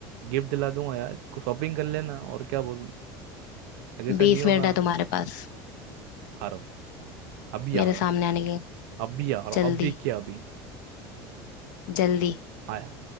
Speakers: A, on the right; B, on the left.
A: गिफ्ट दिला दूंगा यार शॉपिंग कर लेना और क्या बोलूं आगे से
B: बीस
A: नहीं होगा
B: मिनट है तुम्हारे पास
A: हारो अभी
B: मेरे
A: आ रहा
B: सामने
A: हूँ
B: आने के लिए
A: अभी आ रहा हूँ
B: जल्दी
A: अभी क्या अभी
B: जल्दी
A: आया